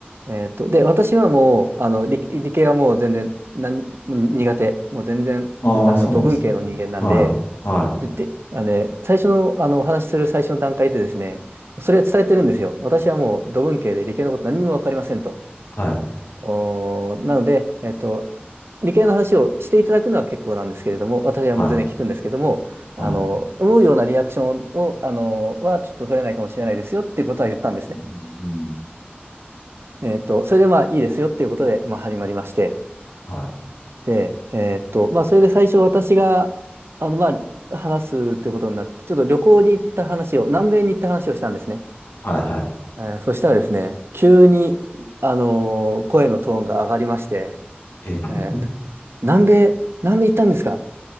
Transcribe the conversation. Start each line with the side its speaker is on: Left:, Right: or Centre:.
Right: えっと、で、私はもう、あの、理、理系はもう全然、なん、苦手。もう全然、
Left: ああ、
Right: もうダメな、
Left: そうなんですね。
Right: 土文系の人間なんで、
Left: はい。はい。
Right: で、で、あのね、最初の、あの、お話しする最初の段階でですね、それを伝えてるんですよ。私はもう土文系で理系のこと何にもわかりませんと。
Left: はい。
Right: おーなので、えっと、理系の話をしていただくのは結構なんですけれども、私はもう全然聞くんですけども、
Left: はい。は
Right: あの、思うようなリアクションを、あの、はちょっと取れないかもしれないですよっていうことは言ったんですね。
Left: い。うん。うん
Right: えっと、それでまあいいですよっていうことで、まあ始まりまして、
Left: はい。
Right: で、えっと、まあそれで最初私が、あの、まあ話すっていうことになって、ちょっと旅行に行った話を、南米に行った話をしたんですね。
Left: はい。はい。
Right: えーそしたらですね、急に、あの、声のトーンが上がりまして、
Left: え、
Right: えーと南米、南米行ったんですか